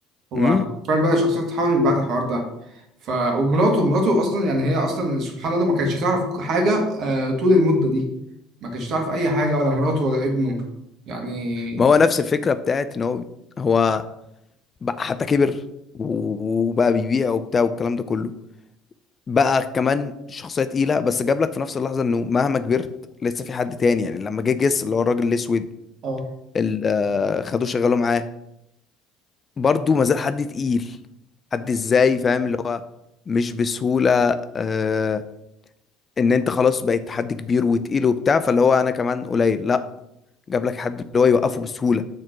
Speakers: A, on the right; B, on the left.
A: هو
B: امم
A: فعلا بدأ شخصيته تتحول من بعد الحوار ده ف ومراته مراته اصلا يعني هي اصلا سبحان الله ما كانتش تعرف حاجه آه، طول المده دي ما كانتش تعرف اي حاجه ولا مراته ولا ابنه يعني
B: ما هو نفس الفكره بتاعت ان هو هو بقى حتى كبر و- وبقى بيبيع وبتاع والكلام ده كله بقى كمان شخصية تقيلة بس جاب لك في نفس اللحظة انه مهما كبرت لسه في حد تاني يعني لما جه جس اللي هو الراجل الاسود
A: اه
B: اللي آه، خدوه شغله معاه برضه ما زال حد تقيل حد ازاي فاهم اللي هو مش بسهولة آه ان انت خلاص بقيت حد كبير وتقيل وبتاع فاللي هو انا كمان قليل لا جاب لك حد اللي هو يوقفه بسهولة